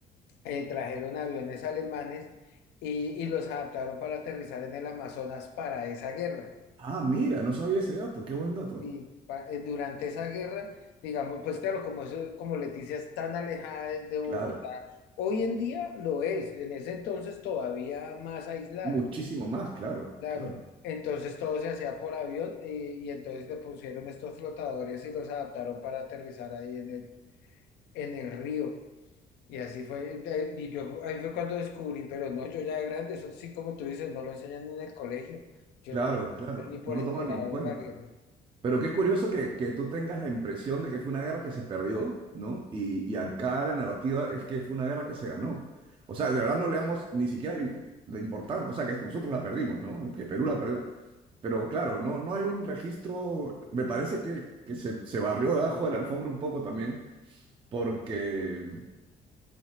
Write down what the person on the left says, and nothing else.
eh, trajeron aviones alemanes y, y los adaptaron para aterrizar en el Amazonas para esa guerra.
Y pa- eh, durante esa guerra, digamos, pues claro, como eso, como Leticia es tan alejada de, de Bogotá,
hoy en día lo es, en ese entonces todavía más aislada,
claro.
Entonces todo se hacía por avión eh, y entonces le pusieron estos flotadores y los adaptaron para aterrizar ahí en el, en el río. Y así fue, de- y yo ahí fue cuando descubrí, pero no, yo ya de grande, eso sí, como tú dices, no lo enseñan en el colegio. Yo,
no-
yo ni por
enterado
de la guerra.